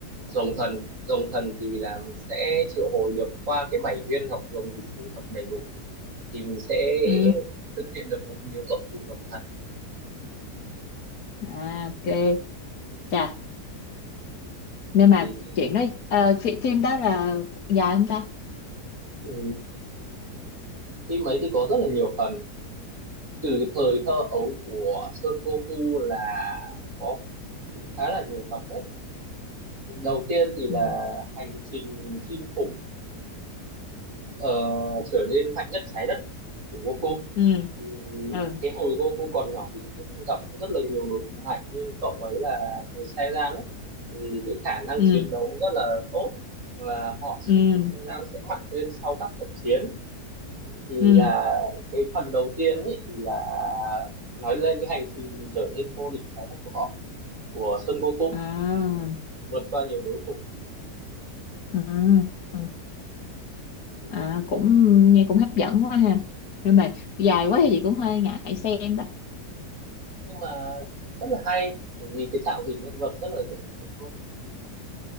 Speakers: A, on the right (about 50°); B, on the left (about 65°).
A: rồng thần rồng thần thì là mình sẽ triệu hồi được qua cái bảy viên ngọc rồng mình thu thập đầy đủ thì mình sẽ
B: ừ.
A: thực hiện được một điều ước từ rồng thần
B: À, ok Chà, nên mà
A: thì
B: chuyện đó ờ, phi- phim đó là dài không ta
A: ừ, phim ấy thì có rất là nhiều phần từ cái thời thơ ấu của Son Goku là có cũng khá là nhiều tập đấy đầu tiên thì là
B: ừ
A: hành trình chinh phục ờ, trở nên mạnh nhất trái đất của Goku
B: ừ
A: Ừ,
B: ừ
A: cái hồi Goku còn nhỏ thì cũng gặp rất là nhiều đối thủ mạnh nhưng cậu ấy là người Saiyan ấy thì cái khả năng
B: ừ
A: chiến đấu rất là tốt và họ
B: ừ
A: người Saiyan sẽ mạnh lên sau các trận chiến thì
B: ừ
A: là cái phần đầu tiên ấy thì là nói lên cái hành trình trở nên vô địch trái đất của họ của Son Goku
B: à
A: vượt qua nhiều đối thủ
B: ừ ừ.
A: Ừ,
B: à
A: ừ.
B: cũng nghe cũng hấp dẫn quá ha nhưng mà dài quá thì chị cũng hơi ngại xem đó
A: nhưng mà rất là hay bởi vì cái tạo hình nhân vật rất là dễ thương